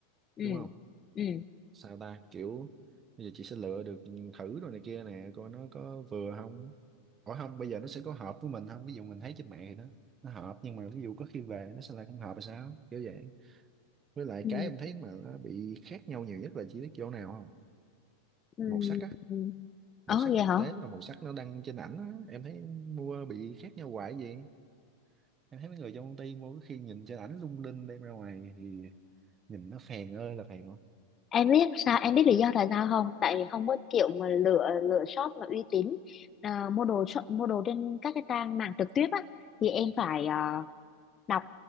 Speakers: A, on the left; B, on the right.
A: ừ
B: đúng không
A: ừ
B: sao ta kiểu bây giờ chị sẽ lựa được thử rồi này kia nè coi nó có vừa không Ủa không bây giờ nó sẽ có hợp với mình không ví dụ mình thấy trên mạng thì nó nó hợp nhưng mà ví dụ có khi về nó sẽ lại không hợp là sao kiểu vậy với lại
A: ừ
B: cái em thấy mà nó bị khác nhau nhiều nhất là chỉ biết chỗ nào không
A: ừ
B: màu sắc á
A: ừ ờ
B: màu sắc
A: vậy
B: thực
A: hả
B: tế và màu sắc nó đăng trên ảnh á em thấy mua bị khác nhau hoài vậy em thấy mấy người trong công ty mua có khi nhìn trên ảnh lung linh đem ra ngoài thì nhìn nó phèn ơi là phèn
A: em biết sao em biết lý do tại sao không tại vì không có kiểu mà lựa lựa shop mà uy tín à, mua đồ shop, mua đồ trên các cái trang mạng trực tiếp á thì em phải à, đọc